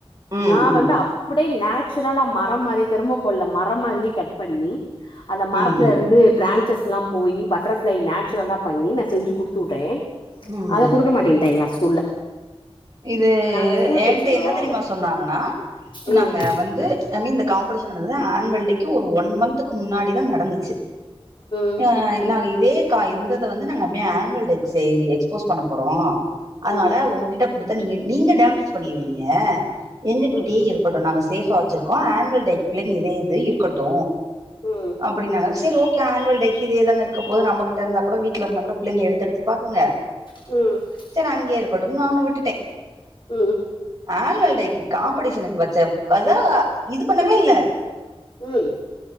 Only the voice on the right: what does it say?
ம்
ம்
ம்
ம்
இது
என்ட்ட
என்ன தெரியுமா சொன்னாங்கன்னா
நாங்க வந்து ஐ மீன் இந்த காம்பெடிஷன் நடந்தது ஆன்வல் டேக்கு ஒரு ஒன் மந்த்துக்கு முன்னாடிதா நடந்துச்சு
அ நா இதே கா இந்தத வந்து நாங்க அப்டியே ஆன்வல் டேக்கு எக்ஸ்போஸ் பண்ண போறோ அதுனால
உங்ககிட்ட த்தா நீங்க நீங்க டேமேஜ் பண்ணிருவீங்க எங்ககிட்டயே
இருக் கட்டு நாங்க சேஃபா வச்சுருக்கோ ஆன்வல் டேக் பிள்ளைங்க இதே இது இருக்கட்டு
அப்புடின்னாங்க செரி ஓகே ஆன்வல் டேக்கு இதே தானே இருக்க போது நம்ம கிட்ட இருந்தா கூட வீட்ல இருந்தா கூட பிள்ளெங்கெ எடுத்தெடுத்து பாக்குங்க
சேரி அங்கே இருக்கட்டுன் நானு விட்டுட்டே
ஆன்வல் டேக்கு காம்பெடிஷனுக்கு வச்ச அத இது பண்ணவே இல்ல